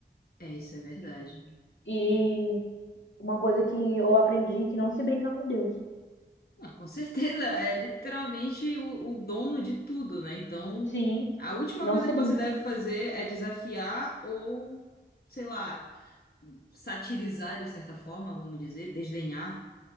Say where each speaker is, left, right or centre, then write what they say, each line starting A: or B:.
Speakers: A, on the left; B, on the left.
A: É, isso é verdade.
B: E uma coisa que eu aprendi é que não se brinca com Deus.
A: Não, com certeza, <laughs> é literalmente o, o dono de tudo, né? Então,
B: Sim,
A: a última
B: não
A: coisa
B: se
A: que
B: brinca.
A: você deve fazer é desafiar ou, sei lá, satirizar de certa forma, vamos dizer, desdenhar.